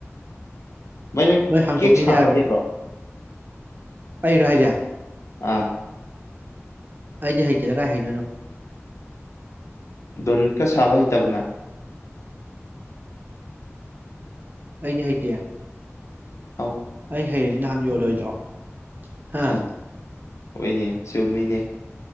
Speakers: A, on the left (about 75°); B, on the right (about 40°).
A: ꯚꯥꯏ ꯅꯪ
B: ꯅꯣꯏ ꯍꯥꯡꯇꯣꯛꯅꯤꯡꯗꯦ
A: ꯀꯦꯛ ꯁꯥꯕ
B: ꯍꯥꯏꯕꯅꯤ
A: ꯍꯩꯕ꯭ꯔꯣ
B: ꯑꯩ ꯔ ꯍꯥꯏꯖ
A: ꯑꯥ
B: ꯑꯩꯗꯤꯦ ꯍꯩꯇꯦꯗ ꯀꯥꯏ ꯍꯩꯗꯣꯏꯅꯣ
A: ꯗꯣꯟꯀ ꯁꯥꯕ ꯍꯇꯥꯕꯅ
B: ꯑꯩꯗꯤ ꯍꯥꯏꯇ
A: ꯎꯝ
B: ꯑꯩ ꯍꯩ ꯅꯍꯥꯟ ꯌꯣꯜꯂꯣꯏ inaudible ꯍꯥꯥ
A: ꯑꯆꯥ ꯍꯣꯏꯅꯦ ꯆꯨꯝ ꯃꯤꯅꯦ